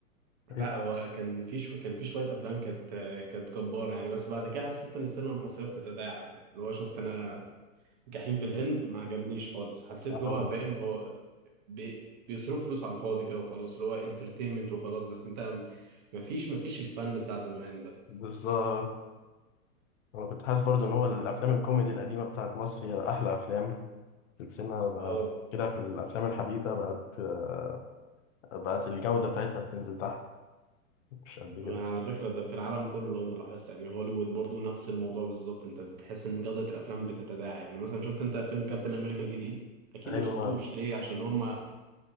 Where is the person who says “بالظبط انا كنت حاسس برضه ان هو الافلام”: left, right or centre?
Left